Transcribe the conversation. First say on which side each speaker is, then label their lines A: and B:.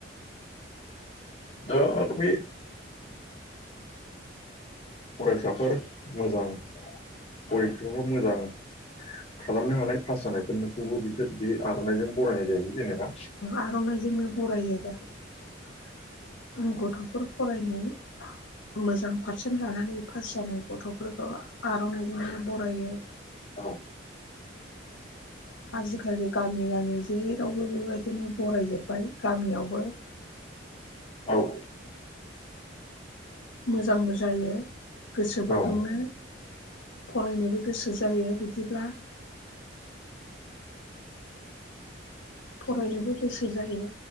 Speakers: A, on the left; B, on the left.
A: दा बे फरायसाफोर मोजां बयखोबो मोजां खालामनो हानाय पास जानायखौबो बिसोर बे आर'नाइजों बरायनाय जायो। जेनेबा
B: आर'नाइजोंनो बरायो आरो। गथ'फोर फरायनाय मोजां पारसेन्ट लानानै पास जानाय गथ'फोरखौ आर'नाइजोंनो बरायो।
A: औ
B: आजिखालि गामि गामि जेरावबो बेबायदिनो बरायजोब्बाय गामियावबो <unintelligible>
A: औ
B: मोजांबो जायो गोसोबो
A: औ
B: दुङो। फरायनोबो गोसो जायो। बिदिब्ला फरायनोबो गोसो जायो।